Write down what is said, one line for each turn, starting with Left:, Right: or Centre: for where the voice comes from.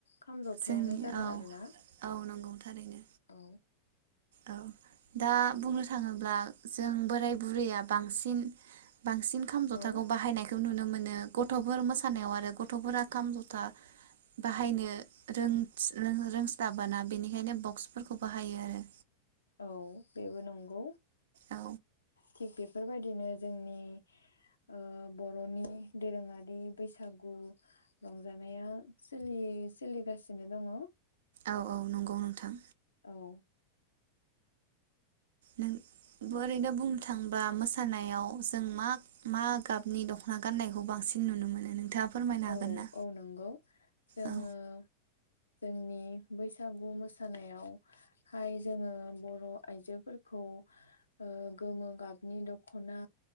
Left: खाम जथायानो
Right: जोंनि
Left: जागोन
Right: औ
Left: आरोना?
Right: औ नंगौ थारैनो
Left: औ।
Right: औ दा बुंनो थाङोब्ला जों बोराय बुरैया बांसिन। बांसिन खाम जथाखौ
Left: औ
Right: बाहायनायखौ नुनो मोनो। गथ'फोर मोसानायाव आरो गथ'फोरा खाम जथा बाहायनो रोंस्लाबाना बेनिखायनो बक्सफोरखौ बाहायो आरो।
Left: औ बेबो नंगौ
Right: औ
Left: थिग बेफोरबायदिनो जोंनि ओ बर'नि दोरोङारि बैसागु रंजानायालि सोलिगासिनो दङ।
Right: औ औ नंगौ नोंथां।
Left: औ।
Right: नों ओरैनो बुंनो थांब्ला मोसानायाव जों मा मा गाबनि दख'ना गाननायखौ बांसिन नुनो मोनो नोंथाङा फोरमायनो हागोन
Left: औ
Right: ना
Left: औ नंगौ जोङो
Right: औ
Left: जोंनि बैसागु मोसानायावहाय जोङो बर' आइजोफोरखौ ओ गोमो गाबनि दख'ना